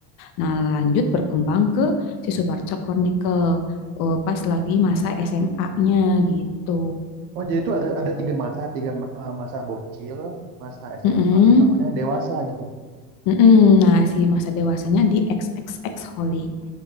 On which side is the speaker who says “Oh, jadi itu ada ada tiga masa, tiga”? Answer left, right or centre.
Right